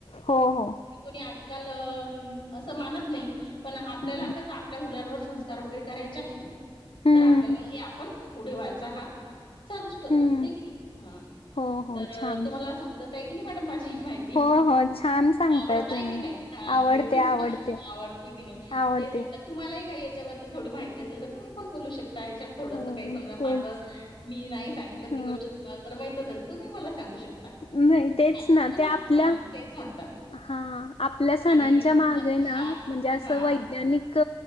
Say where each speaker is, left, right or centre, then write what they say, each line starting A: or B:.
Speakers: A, on the left; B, on the left.
A: हो हो
B: कोणी कोणी आजकाल अस मानत नाही. पण आपल्याला
A: हम्म
B: कस आपल्या मुलावर संस्कार वगैरे करायचे आहे
A: हम्म
B: तर आपल्याला हे आपण पुढे वारसा हा चालू ठेवतो.
A: हम्म
B: आहे कि नाही. हम्म,
A: हो हो
B: तर
A: छान
B: तुम्हाला समजत आहे की नाही मॅडम माझी माहिती.
A: हो हो छान सांगताय
B: आवडताय
A: तुम्ही
B: की नाही. हा
A: आवडते
B: तेच म्हटल
A: आवडते
B: आवडते की नाही.
A: आवडते
B: तेच म्हटल. तुम्हालाही काही याच्याबद्दल थोडी माहिती असेल तर तुम्ही पण बोलू शकता याच्यात थोडस
A: हो
B: काही समजा माझ
A: तेच
B: मी नाही सांगितल ती
A: ह
B: गोष्ट तुम्हाला जर माहित असेल तुम्ही मला सांगू शकता.
A: नाही
B: असं
A: तेच
B: काही नाही
A: ना
B: हे
A: त्या आपल्या
B: हा तेच म्हटलं
A: हा आपल्या सणांच्या
B: आणि मस्त
A: मागे ना
B: हा
A: म्हणजे अस
B: हा
A: वैज्ञानिक